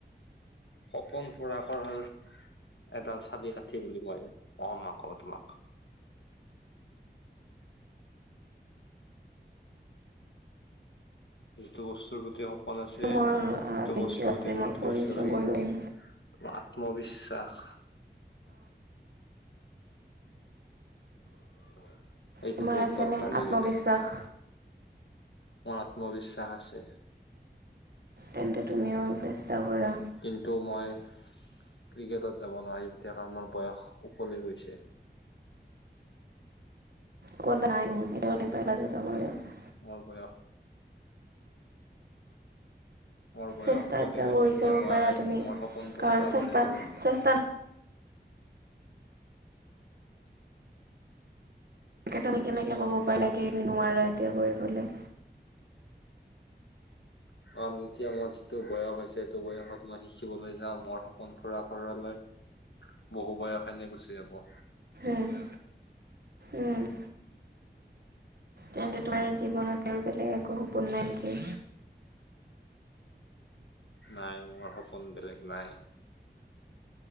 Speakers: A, on the left (about 85°); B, on the right (about 60°).
A: সপোন পুৰা কৰাৰ এডাল চাবি কাঠি বুলি মই কম আকৌ তোমাক। যিটো বস্তুৰ প্ৰতি স পোন আছে
B: মোৰ
A: সেইটো
B: ধৈৰ্য
A: বস্তুৰ
B: আছে
A: প্ৰতি তোমাৰ
B: মই
A: ধৰ্য্য
B: পৰিশ্ৰম
A: লাগিব
B: কৰিম
A: তোমাৰ আত্মবিশ্বাস। <unintelligible> এইটো
B: তোমাৰ
A: বহুত
B: আছেনে
A: দৰকাৰী
B: আত্মবিশ্বাস
A: হৈ যায়। মোৰ আত্মবিশ্বাস আছে।
B: তেন্তে তুমিও চেষ্টা কৰা।
A: কিন্তু মই ক্ৰিকেটত যাব নোৱাৰিম এতিয়া কাৰণ মোৰ বয়স উকলি গৈছে।
B: কা নাই এতিয়াম বাজ এটা কৰিলে <unintelligible>
A: অ, বয়স মোৰ বয়স
B: চেষ্টা
A: উকলি
B: এটা
A: গৈছে
B: কৰি
A: এতিয়া
B: চাব
A: মই
B: পাৰা তুমি
A: মোৰ সপোনটো
B: কাৰণ
A: পূৰা
B: চেষ্টা
A: কৰিব।
B: চেষ্টা তেনে কেনেকৈ ক'ব পাৰিলা কিখিনি নোৱাৰা এতিয়া কৰিবলে।
A: কাৰণ এতিয়া মোৰ যিটো বয়স হৈছে সেইটো বয়সত মই শিকিবলে যাওঁ মোৰ সপোন পোৰা কৰালে বহু বয়স এনে গুচি যাব।
B: অহ, উম, তেন্তে তোমাৰ জীৱনত আৰু বেলেগ একো সপোন নাই নেকি?
A: নাই মোৰ সপোন বেলেগ নাই।